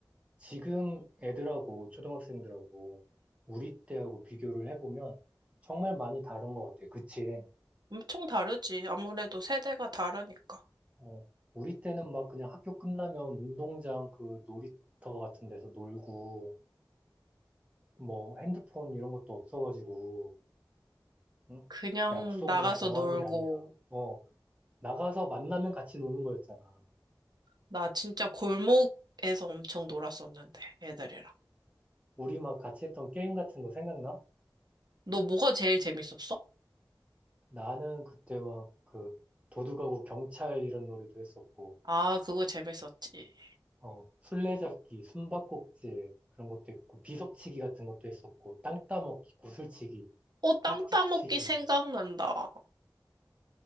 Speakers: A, on the right; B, on the right.
A: 지금 애들하고 초등학생들하고 우리 때하고 비교를 해보면 정말 많이 다른 것 같아. 그치?
B: 엄청 다르지. 아무래도 세대가 다르니까.
A: 어, 우리 때는 막 그냥 학교 끝나면 운동장 그 놀이터 같은 데서 놀고 뭐 핸드폰 이런 것도 없어가지고 응?
B: 그냥
A: 약속
B: 나가서
A: 뭐 정하는
B: 놀고,
A: 게 아니라 어, 나가서 만나면 같이 노는 거였잖아.
B: 나 진짜 골목에서 엄청 놀았었는데, 애들이랑.
A: 우리 막 같이 했던 게임 같은 거 생각나?
B: 너 뭐가 제일 재밌었어?
A: 나는 그때 막 그 도둑하고 경찰 이런 놀이도 했었고
B: 아, 그거 재밌었지.
A: 어, 술래잡기, 숨바꼭질 그런 것도 있고 비석치기 같은 것도 했었고 땅 따먹기, 구슬치기,
B: 어, 땅
A: 딱지치기
B: 따먹기 생각난다.